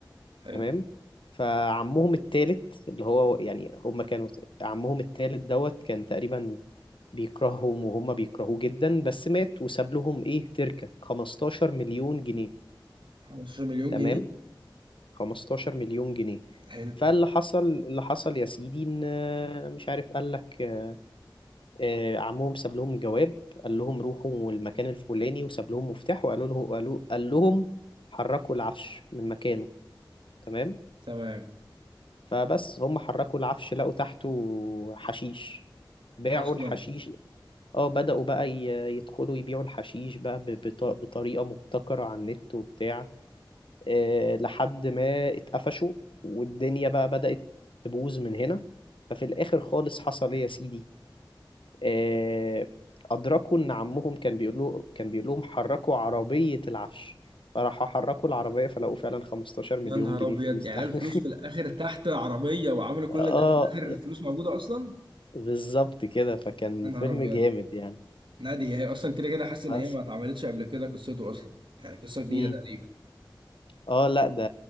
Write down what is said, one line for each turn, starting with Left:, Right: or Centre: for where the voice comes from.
Right: حلو
Left: تمام فعمهم التالت اللي هو يعني هم كانوا عمهم التالت دوت كان تقريبا بيكرههم وهم بيكرهوه جدا بس مات وساب لهم ايه تركة 15 مليون جنيه
Right: 15 مليون
Left: تمام
Right: جنيه
Left: 15 مليون جنيه
Right: حلو
Left: فاللي حصل اللي حصل يا سيدي ان آه، مش عارف قال لك آه، آه، عمهم ساب لهم جواب قال لهم روحوا المكان الفلاني وساب لهم مفتاح وقالوا له قالوا قال لهم حركوا العفش من مكانه تمام
Right: تمام
Left: فبس هم حركوا العفش لقوا تحته حشيش باعوا
Right: اصلا
Left: الحشيش اه بدأوا بقى ي- يدخلوا يبيعوا الحشيش بقى ب- بط- بطريقة مبتكرة على النت وبتاع آه، لحد ما اتقفشوا والدنيا بقى بدأت تبوظ من هنا ففي الآخر خالص حصل ايه يا سيدي آه، أدركوا إن عمهم كان بيقول له كان بيقول لهم حركوا عربية العفش فراحوا حركوا العربية فلقوا فعلا 15 مليون
Right: يا نهار
Left: جنيه
Right: ابيض
Left: فلوس
Right: يعني
Left: <laughs>
Right: الفلوس في الاخر تحت العربيه وعملوا كل
Left: اه
Right: ده في الاخر الفلوس موجوده اصلا
Left: بالظبط كده فكان
Right: يا نهار
Left: فيلم
Right: ابيض
Left: جامد يعني
Right: نادي هي اصلا كده كده حاسس
Left: بس
Right: ان هي ما اتعملتش قبل كده قصته اصلا يعني قصه جديده
Left: امم
Right: تقريبا
Left: اه لا ده